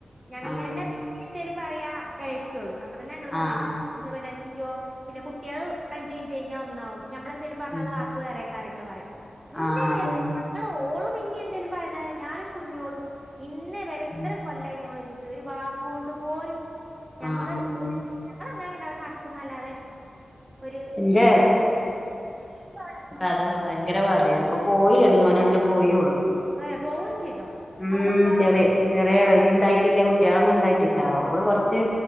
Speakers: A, on the right (about 25°); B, on the left (about 15°).
A: ഞങ്ങളെന്നെ
B: ആം.
A: പിന്നെ എന്തേലും പറയാ എളേച്ചിയെ ഉള്ളൂ അപ്പൊ തന്നെ ഞങ്ങള് പറയും.
B: ആഹ്
A: <unintelligible> ചിഞ്ചോ പിന്നെ കുട്ട്യാള് അഞ്ച് മിനിറ്റ് കഴിഞ്ഞാ ഒന്നാവും ഞമ്മള് എന്തേലും പറഞ്ഞാ
B: ഉം
A: അത് വാക്ക് വേറെയായിക്കാറ ട്ടോ പറയും ഇന്നേ
B: ആഹ്
A: വരെ
B: അതന്നെ
A: <unintelligible> ങ്ങള് ഓള് പിന്നെ എന്തേലും പറയ്ന്നല്ലാതെ ഞാനും കുഞ്ഞോളും ഇന്നേ വരെ ഇത്ര
B: ഉം
A: കൊല്ലായി ഞങ്ങള് ഒരുമിച്ച് ച്ച് ഒരു വാക്ക് കൊണ്ട് പോലും ഞങ്ങള്
B: ആഹ് അതന്നെ
A: ഞങ്ങള് ഇങ്ങനെ രണ്ടാളും നടക്കുന്നല്ലാതെ ഒരു
B: ഇന്റെ
A: വി. <unintelligible>
B: അത് ഭയങ്കര കഥയാണ് ഇപ്പൊ പോയി എടി ഓനെ ഇട്ട് പോയി ഓള്.
A: അതെ പോകും ചെയ്തോ.
B: ഉം
A: അപ്പൊ കുട്ടികളോ
B: ചെറിയ ചെറിയ ആളാ ഇച്ച് ഇണ്ടായിട്ടില്ല കുട്ടികളൊന്നും ഇണ്ടായിട്ടില്ല ഓള് കൊറച്ച്